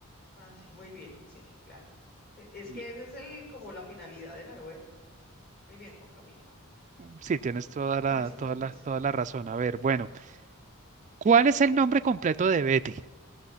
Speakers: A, on the left; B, on the right.
A: Así, muy bien, sí, claro. E- Es que
B: L-
A: esa es el, como la finalidad de la novela. Muy bien, Juan Camilo.
B: Sí, tienes toda la,
A: Sigues
B: toda
A: tú entonces.
B: la, toda la razón. A ver, bueno, ¿cuál es el nombre completo de Betty?